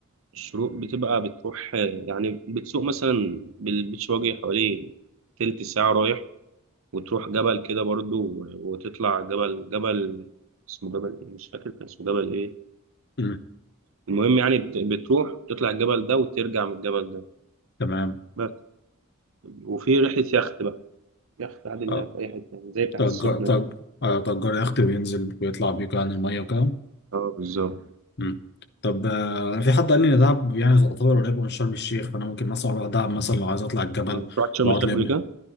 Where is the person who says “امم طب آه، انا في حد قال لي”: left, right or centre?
Left